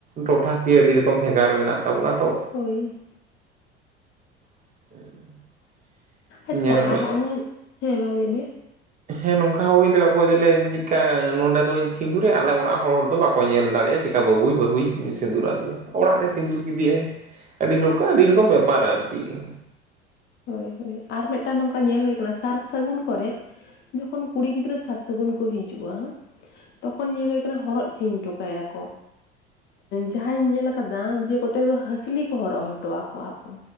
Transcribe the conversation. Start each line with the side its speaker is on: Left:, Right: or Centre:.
Right: ᱴᱚᱴᱷᱟᱠᱤᱭᱟᱹ ᱟᱹᱰᱤ ᱨᱚᱠᱚᱢ, ᱵᱷᱮᱜᱟᱨ ᱢᱮᱱᱟᱜ ᱛᱟᱵᱚᱱᱟ ᱛᱚ᱾
Left: ᱦᱳᱭ,
Right: <inaudible> <inaudible>
Left: ᱟᱪᱪᱷᱟ
Right: ᱧᱮᱞ ᱢᱮ
Left: ᱟᱨᱦᱚ, ᱱᱚᱣᱟ ᱦᱮᱸ ᱢᱟ ᱞᱟᱹᱭᱢᱮ?
Right: ᱦᱮᱸ ᱱᱚᱝᱠᱟ ᱦᱚᱸ ᱦᱳᱭ ᱫᱟᱲᱮᱼᱟ, ᱚᱠᱚᱭ ᱫᱚᱞᱮᱭᱟ ᱪᱮᱫᱠᱟ ᱱᱚᱸᱰᱮ ᱫᱚᱧ ᱥᱤᱸᱫᱩᱨ ᱟᱭᱟ, ᱟᱞᱮ ᱚᱲᱟᱜ ᱦᱚᱲ ᱫᱚ ᱵᱟᱠᱚ ᱠᱚ ᱧᱮᱞ ᱫᱟᱲᱮᱭᱟᱜᱼᱟ, ᱪᱮᱠᱟ ᱵᱟᱹᱵᱩᱭ ᱵᱟᱹᱦᱩᱭ ᱥᱤᱸᱫᱩᱨ ᱟᱫᱮᱭᱟ ᱚᱲᱟᱜ ᱨᱮ ᱥᱤᱸᱫᱩᱨ ᱠᱮᱫᱮᱭᱟᱭ᱾ ᱟᱹᱰᱤ <inaudible> ᱟᱹᱰᱤ ᱨᱚᱠᱚᱢ ᱵᱮᱯᱟᱨ ᱟᱨᱠᱤ᱾
Left: ᱦᱳᱭ ᱦᱳᱭ ᱟᱨ ᱢᱤᱫᱴᱟᱝ ᱱᱚᱝᱠᱟ ᱧᱮᱞ ᱦᱳᱭ ᱟᱠᱟᱱᱟ ᱥᱟᱨ ᱥᱟᱹᱜᱩᱱ ᱠᱚᱨᱮ ᱡᱚᱠᱷᱚᱱ ᱠᱩᱲᱤ ᱜᱤᱫᱽᱨᱟᱹ ᱥᱟᱨ ᱥᱟᱹᱜᱩᱱ ᱠᱚ ᱦᱤᱡᱩᱜᱼᱟ᱾ ᱛᱚᱠᱷᱚᱱ ᱧᱮᱞ ᱦᱩᱭᱩᱜ ᱠᱟᱱᱟ ᱦᱚᱨᱚᱜ ᱪᱤᱱ ᱦᱚᱴᱚ ᱠᱟᱭᱟᱠᱚ᱾ ᱡᱟᱸᱦᱟᱸᱟᱧ ᱧᱮᱞ ᱟᱠᱟᱫᱟ ᱡᱮ ᱠᱚᱛᱮᱠ ᱫᱚ ᱦᱟᱹᱥᱞᱤ ᱠᱚ ᱦᱚᱨᱚᱜ ᱦᱚᱴᱚ ᱟᱠᱚᱣᱟ ᱠᱚ᱾